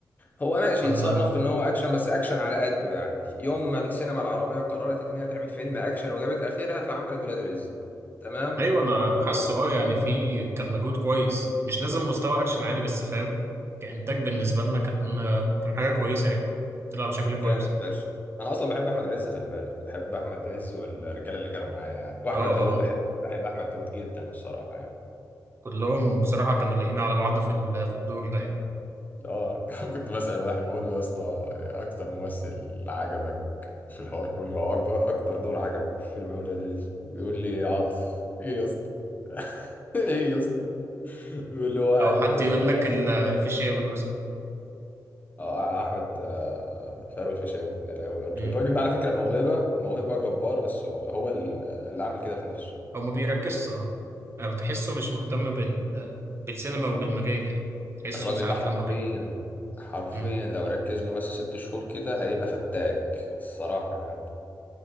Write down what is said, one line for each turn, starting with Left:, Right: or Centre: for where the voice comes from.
Left: هو ماشي
Right: ولا
Left: يتصنف ان هو اكشن بس اكشن على قده يعني يوم ما السينما العربيه قررت ان هي تعمل فيلم اكشن وجابت اخرها فعملت ولاد رزق تمام
Right: ايوه انا حاسه اه يعني في كان مجهود كويس مش لازم مستوى اكشن عالي بس فاهم كانتاج بالنسبه لنا كان كان حاجه كويسه يعني طلع بشكل
Left: جامد
Right: كويس
Left: فشخ انا اصلا بحب احمد عز خلي بالك بحب احمد عز والرجاله اللي كانوا معايا يعني واحمد
Right: اه اه
Left: داوود
Right: آه.
Left: بحب بحب احمد داوود جدا الصراحه يعني
Right: كلهم بصراحه كانوا لايقين على بعض في ال- في الدور ده يعني
Left: اه <laughs> كنت بسأل واحد بقول له يا اسطى اكتر ممثل عجبك في الحوار كله او اكبر اكتر دور عجبك في فيلم اولاد رزق بيقول لي عاطف ايه يا اسطى <laughs> ايه يا اسطى اللي هو قاعد
Right: او حد
Left: آه،
Right: يقول لك
Left: معظم
Right: ال- الفيشاوي مثلا
Left: آه، احمد آه، فاروق الفيشاوي يا لهوي. الراجل
Right: امم
Left: ده على فكره موهبه موهبه جباره بس هو هو ال- اللي عامل كده في نفسه
Right: هو ما بيركزش اه او تحسه مش مهتم بال بالسينما وبالمجال يعني تحسه
Left: الراجل
Right: ساعات
Left: ده حرفيا
Right: لما بي
Left: حرفيا
Right: مم.
Left: لو ركز له بس ست شهور كده هيبقى فتاك الصراحه يعني